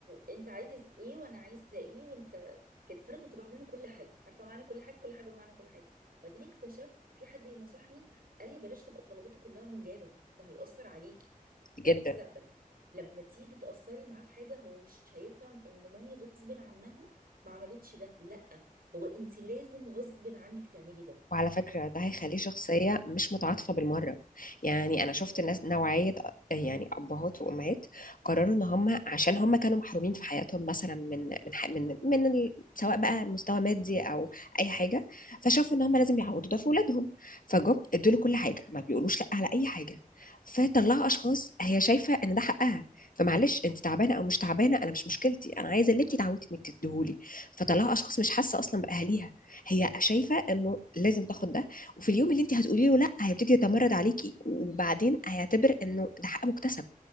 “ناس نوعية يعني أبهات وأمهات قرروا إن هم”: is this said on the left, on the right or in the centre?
Left